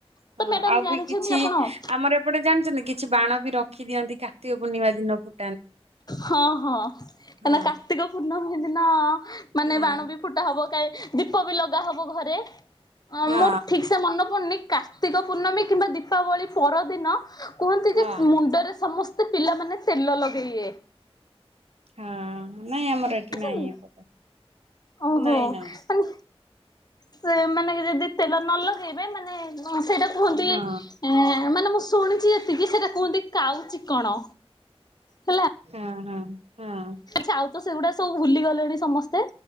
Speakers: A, on the left (about 40°); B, on the right (about 80°).
A: ତ
B: ହଁ
A: ମ୍ୟାଡାମ
B: ଆଉ
A: ଜାଣିଛନ୍ତି
B: ବି କିଛି
A: ଆପଣ?
B: ଆମର ଏପଟେ ଜାଣିଛନ୍ତି କିଛି ବାଣ ବି ରଖି ଦିଅନ୍ତି କାର୍ତ୍ତିକ ପୂର୍ଣ୍ଣିମା ଦିନକୁ।
A: ହଁ ହଁ କାହିଁକି
B: ହଁ
A: ନାଁ କାର୍ତ୍ତିକ ପୂର୍ଣ୍ଣମୀ ଦିନ ମାନେ
B: ହଁ
A: ବାଣ ବି ଫୁଟା ହବ କାଳେ ଦୀପ ବି ଲଗା ହବ ଘରେ ଅଁ
B: ହଁ
A: ମୋର ଠିକ ସେ ମନେ ପଡୁନି କାର୍ତ୍ତିକ ପୂର୍ଣ୍ଣମୀ କିମ୍ବା ଦୀପାବଳୀ ପରଦିନ କୁହନ୍ତି
B: ହଁ
A: ଯେ ମୁଣ୍ଡରେ ସମସ୍ ସେ ପିଲାମାନେ ତେଲ ଲଗେଇଵେ।
B: ହଁ ନାଇଁ ଆମର
A: <inaudible>
B: ଏଠି ନାଇଁ ଏପଟେ।
A: ଓହୋ
B: ନାଇଁ ନାଇଁ।
A: ମାନେ ସେମାନେ କି ଯଦି ତେଲ ନ ଲଗେଇବେ ମାନେ ସେଇଟା କୁହନ୍ତି
B: ହଁ
A: ମାନେ ମୁଁ ଶୁ ଶୁଣିଚି ଏତିକି ସେଇଟା କୁହନ୍ତି କାଉ ଚିକଣ ହେଲା।
B: ହଁ ହଁ ହୁଁ।
A: ଆଚ୍ଛା ଆଉ ତ ସେଗୁଡା ସବୁ ଭୁଲି ଗଲେଣି ସମସ୍ତେ